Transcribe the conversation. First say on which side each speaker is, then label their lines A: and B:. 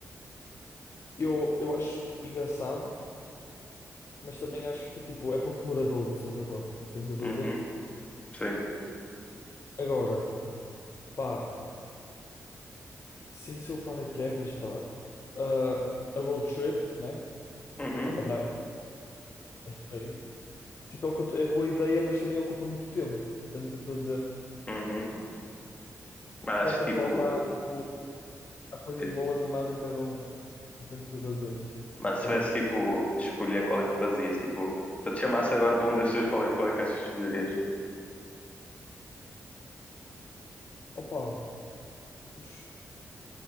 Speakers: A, on the left (about 50°); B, on the left (about 25°).
A: eu, eu acho tipo, engraçado, mas também acho que tipo, é pouco duradouro, de certa forma. Entendes o que
B: Uhum,
A: eu estou a dizer?
B: sim.
A: Agora, pá, sem ser o paraquedas, pá, ah, a road trip, né?
B: Uhum,
A: Tipo, andar por aí. Tipo, é, o que eu t- é boa ideia, mas também ocupa muito tempo. Entendes o que eu estou a dizer?
B: uhum. Mas acho
A: De certa
B: que
A: forma,
B: tipo,
A: há, tipo, há coisas
B: diz-
A: boas e más em cada um. Entendes o que eu estou a dizer?
B: mano, se
A: Eu
B: tivesse
A: acho.
B: tipo de escolher qual é que fazias, tipo, se eu te chamasse agora para um desses, dois, qual é, qual é que achas que escolherias?
A: Opa, ux,